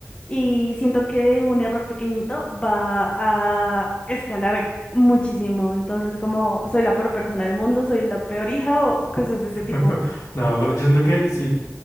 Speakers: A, on the left; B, on the left.
A: Y siento que un error pequeñito va a escalar muchísimo. Entonces, como soy la peor persona del mundo, soy la peor hija o cosas de ese
B: <laughs>
A: tipo.
B: No, pero yo siento que si